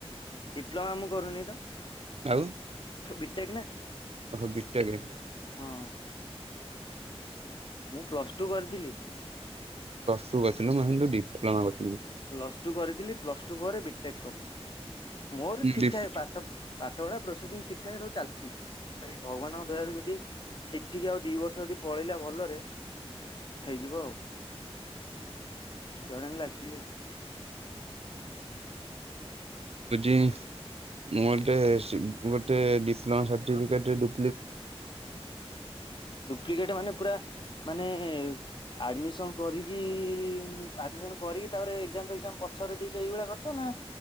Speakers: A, on the left; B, on the right.
A: ଡିପ୍ଲୋମା ମୁଁ କରୁନି ତ,
B: ଆଉ
A: ବି ଟେକ ନା ହଁ
B: ଓହୋ ବିଟେକେ।
A: ମୁଁ ପ୍ଲସ ଟୁ କରିଥିଲି।
B: ପ୍ଲସ ଟୁ କରୁଥିଲୁ ମୁଁ ଭାବିଲି ଡିପ୍ଲୋମା ବୋଲି।
A: ପ୍ଲସ ଟୁ କରିଥିଲି ପ୍ଲସ୍ ଟୁ ପରେ ବିଟେକ୍ କଲି ମୋର ଠିକ୍
B: ଡିପ୍
A: ଠାକ୍ ପାଠ ପାଠ ପଢା ପ୍ରୋସେସିଂ ଠିକ୍ ଠାକ୍ ସବୁ ଚାଲିଛି। ଖାଲି ଭଗବାନଙ୍କ ଦୟାରୁ ଯଦି ଠିକ ଠିକ ଆଉ ଦି ବର୍ଷ ଯଦି ପଳେଇଲା ଭଲରେ ହେଇଯିବ ଆଉ ଜୁଆଡେ ହେଲେ ଲାଗିଯିବି ଆଉ। ହ
B: ଏ ଯେ ମୁଁ ଗୋଟେ ସିବ ବଟ୍ ଗୋଟେ ଡିପ୍ଲୋମାାସାର୍ଟିିପିକେଟ ଟେ ଡୁପଲି
A: ଡୁପ୍ଲିକେଟ ମାନେ ପୁରା ମାନେ ଏ ଆଡମିସନ କରିକି ଆଡମିସନ କରିକି ତାପରେ ଏକ୍ଜାମ ଫେକ୍ଜାମ ପଛରେ ଦେଇଚ ଏଇଭଳିଆ କରିଚ ନା।